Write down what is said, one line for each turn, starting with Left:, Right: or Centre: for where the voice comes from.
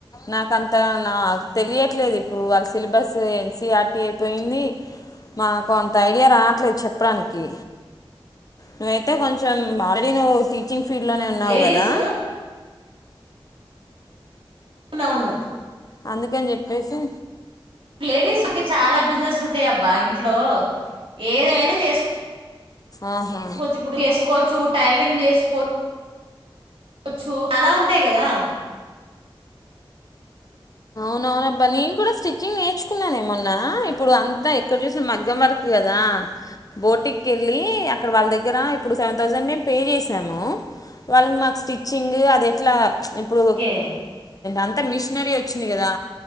Left: నాకంత నా తెలియట్లేదు ఇప్పుడు వాళ్ళ సిల్బస్ ఎన్సిఆర్టీ అయిపోయింది. మాకు అంత ఐడియా రావట్లేదు చెప్పడానికి. నువ్వైతే కొంచెం అల్రెడీ నువ్వు టీచింగ్. ఫీల్డ్లోనే ఉన్నావు
Right: లేడీస్.
Left: కదా
Right: ఔనవును.
Left: అందుకని జెప్పేసి.
Right: లేడీస్కు చాలా బిజినెస్ ఉంటాయబ్బా ఇంట్లో ఏదైనా చేసు.
Left: ఆహా
Right: కోవచ్చు ఇప్పుడు చేస్కోవచ్చు టైల్రింగ్ చేస్కోచ్చు. చ్చు చాలా ఉంటాయ్ కదా.
Left: అవునవునబ్బా నేను కూడా స్టిచ్చింగ్ నేర్చుకున్నానేమొన్నా ఇప్పుడు అంతా ఎక్కడ చూసిన మగ్గం వర్కు కదా. బోటికేళ్ళి అక్కడ వాళ్ళ దగ్గర ఇప్పుడు సెవెన్ థౌసండ్ మేము పే చేసాము. వాళ్ళ మాకు స్టిచ్చింగ్ అదేట్లా ప్చ్ ఇప్పుడు
Right: ఓకే
Left: అంత మిషినరీ వచ్. కదా